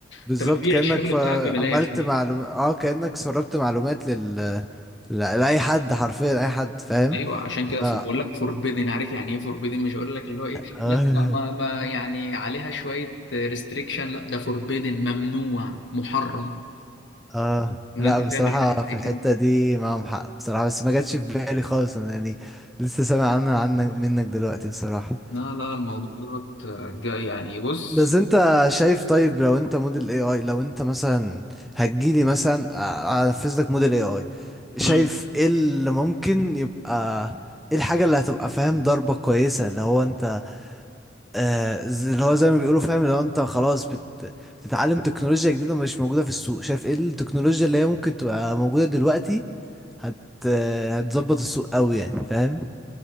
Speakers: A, in the centre; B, on the left.
A: بالظبط
B: أنت بتبيع
A: كأنك
B: الشغل
A: ف-
B: بتاعك ببلاش
A: عملت معلوم اه كأنك سربت معلومات لل... ل- لأي حد حرفيا أي حد فاهم
B: أيوه عشان كده
A: ف...
B: ف- بقول لك فوربيدن عارف يعني إيه فوربيدن مش هقول لك اللي هو إيه
A: اه
B: لا ما, ما, ما يعني عليها شوية ريستريكشن لا ده فوربيدن ممنوع محرم
A: اه
B: إن
A: لا
B: أنت
A: بصراحة
B: تعمل حاجة
A: في
B: زي كده
A: الحتة دي معاهم حق بصراحة بس ما جاتش في بالي خالص انا يعني لسه سامع عنها عنك منك دلوقتي بصراحة
B: لا لا الموضوع دوت آه، جا- يعني بص
A: بس انت شايف طيب لو انت موديل اي اي لو انت مثلا هتجيلي مثلا ا- انفذ لك موديل اي اي شايف
B: مم.
A: ايه اللي ممكن يبقى ايه الحاجة اللي هتبقى فاهم ضربة كويسة اللي هو انت آه ز- اللي هو زي ما بيقولوا فاهم اللي هو انت خلاص بت- بتتعلم تكنولوجيا جديدة مش موجودة في السوق شايف ايه التكنولوجيا اللي هي ممكن تبقى موجودة دلوقتي هت آه، هتظبط السوق قوي يعني فاهم